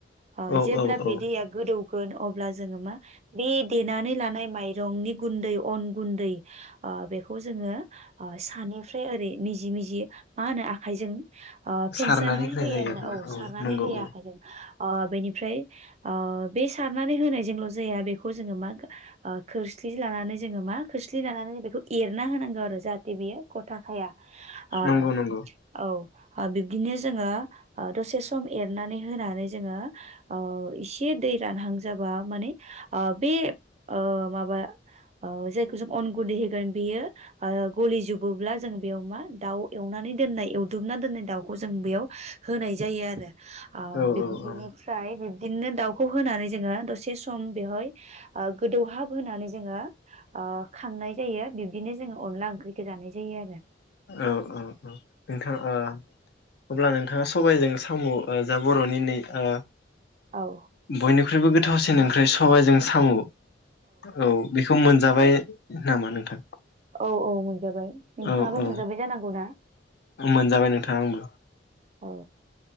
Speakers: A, on the right; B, on the left.
A: ओ
B: औ
A: जेब्ला
B: औ औ
A: बेदै आ गोदौ गोन अब्ला जोंहा बे देनानै लानाय माइरंनि गुन्दै अन गुन्दै ओ बेखौ जोङो ओ सानिफ्राय मिजि मिजि मा होनो आखाइजों ओ फेनसानानै
B: सारनानै होनाय
A: होयो
B: जायो
A: आरोना औ सारनानै
B: नंगौ
A: होया
B: औ
A: ओ बेनिफ्राय ओ बे सारनानै होनायजोंल' जाया बेखौ जोङो मा खोरस्लि लानानै जोङो मा खोरस्लि लानानै बेखौ एरना होनांगो आरो जाहा थे बेयो गथाखाया ओ
B: नंगौ नंगौ
A: औ ओ बिब्दिनो जोङो ओ दसे सम एर नानै होनानै जोङो ओ इसे दै रानहां जाबा माने ओ बेओ माबा ओ जायखौ जों अन गुन्दै होगोन बेयो ओ गलिजोबोब्ला जों बेयाव मा दाउ एवनानै दोननाय एवदुबना दोननाय दाउखौ जों बेयाव होनाय जायो आरो आ
B: औ
A: बिनिफ्राय
B: औ औ
A: <unintelligible> बिदिनो दाउखौ होनानै जोङो दसे सम बेवहाय ओ गोदौहाब होनानै जोङो ओ खांनाय जायो बिब्दिनो जोङो अनला ओंख्रिखो जानाय जायो आरो
B: औ औ औ नोंथां ओ अब्ला नों थाङा सबायजों साम' ओ जा बर'नि नै ओ
A: औ औ
B: बयनि ख्रुइबो गोथाव सि न ओंख्रि जों साम' औ बेखौ मोन जाबाय नामा नोंथां
A: औ औ मोनजाबाय नोंथाङाबो
B: औ औ
A: मोन जाबाय जानांगौ ना
B: मोनजाबाय नोंथां आंबो
A: औ